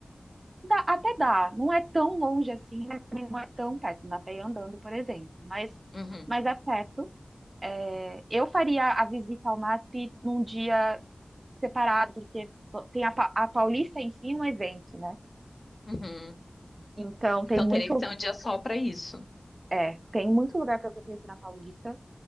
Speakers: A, on the right; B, on the left.
A: dá- até dá, não é tão longe assim, mas também não é tão perto, não dá pra ir andando, por exemplo. Mas,
B: Uhum,
A: mas é perto. É, eu faria a visita ao MASP num dia separado, porque tem a, Pa- a Paulista em si é um evento, né?
B: uhum.
A: Então tem
B: Então
A: muito
B: teria que ser um dia só pra isso.
A: É, tem muito lugar para você conhecer na Paulista.